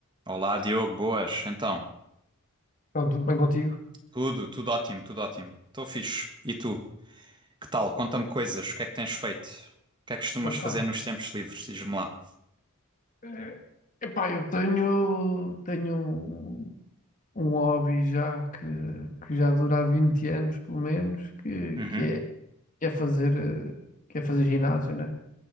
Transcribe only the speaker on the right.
Olá, Diogo, boas. Então,
tudo, tudo ótimo, tudo ótimo. Estou fixe. E tu? Que tal? Conta-me coisas. O que é que tens feito? O que é que costumas
fazer nos tempos livres? Diz-me lá.
Uhum,